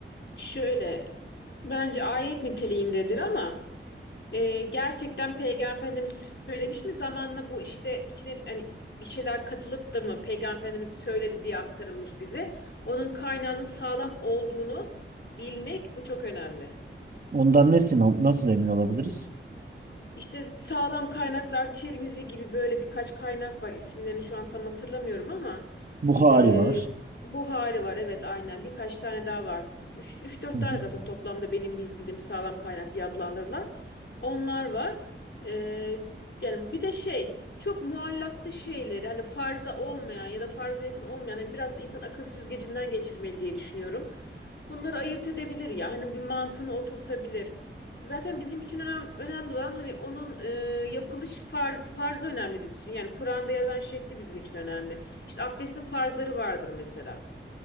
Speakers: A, on the left (about 60°); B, on the right (about 45°).
A: Şöyle bence ayet niteliğindedir ama e, gerçekten Peygamber Efendimiz söylemiş mi zamanla bu işte içine hani bir şeyler katılıp da mı Peygamber Efendimiz söyledi diye aktarılmış bize. Onun kaynağının sağlam olduğunu bilmek bu çok önemli.
B: Ondan ne sino- nasıl emin olabiliriz?
A: İşte sağlam kaynaklar Tirmizi gibi böyle birkaç kaynak var. İsimlerini şu an tam hatırlamıyorum ama
B: Buhari
A: e,
B: var.
A: Buhari var evet aynen birkaç tane daha var. üç üç dört
B: Hı
A: tane
B: hı.
A: zaten toplamda benim bildiğim sağlam kaynak diye adlandırılan onlar var. E, yani bir de şey çok muallaklı şeyleri hani farza olmayan ya da farza yakın olmayan hani biraz da insan akıl süzgecinden geçirmeli diye düşünüyorum bunları ayırt edebilir ya. Hani bir mantığını oturtabilir. Zaten bizim için önem, önemli olan hani onun e, yapılış farz farz önemli bizim için. Yani Kur'an'da yazan şekli bizim için önemli. İşte abdestin farzları vardır mesela.